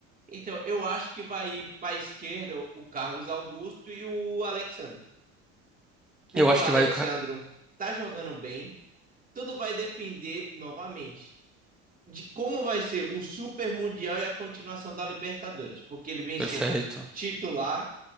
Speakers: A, on the right; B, in the centre.
A: Então, eu acho que vai ir para a esquerda o Carlos Augusto e o Alexandro. Porque
B: Eu acho
A: o Alexandro
B: que vai o. Ca-
A: tá jogando bem. Tudo vai depender, novamente, de como vai ser o Super Mundial e a continuação da Libertadores. Porque ele vem
B: Perfeito.
A: sendo titular,